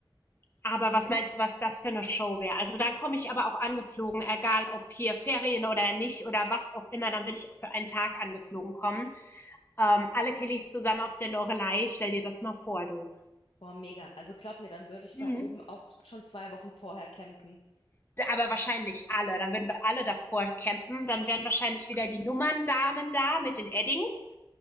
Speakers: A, on the left (about 25°); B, on the left (about 80°).
A: Aber was meinst du, was das für eine Show wäre? Also dann komme ich aber auch angeflogen, egal ob hier Ferien oder nicht oder was auch immer, dann würde ich auch für einen Tag angeflogen kommen. Ähm, alle Kellys zusammen auf der Lorelei, stell dir das mal vor, du.
B: Boah, mega. Also glaub mir, dann würde ich
A: Mhm.
B: da oben auch schon zwei Wochen vorher campen.
A: Aber wahrscheinlich alle, dann würden wir alle davor campen, dann wären wahrscheinlich wieder die Nummerndamen da mit den Eddings.